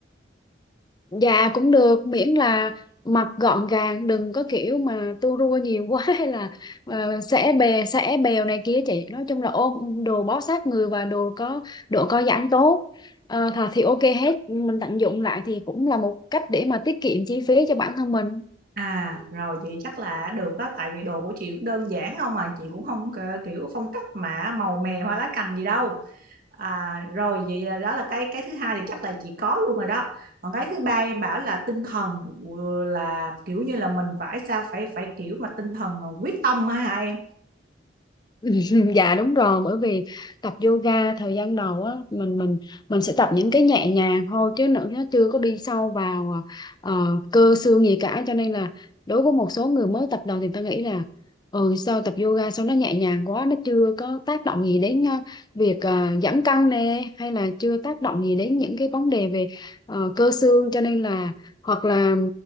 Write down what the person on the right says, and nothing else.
À, rồi vậy chắc là được đó tại vì đồ của chị cũng đơn giản không mà chị cũng không ờ, kiểu phong cách mà màu mè hoa lá cành gì đâu. À, rồi vậy là đó là cái cái thứ hai thì chắc là chị có luôn rồi đó còn cái thứ ba em bảo là tinh thần ừ, là kiểu như là mình phải sao phải phải kiểu mà tinh thần quyết tâm á hả em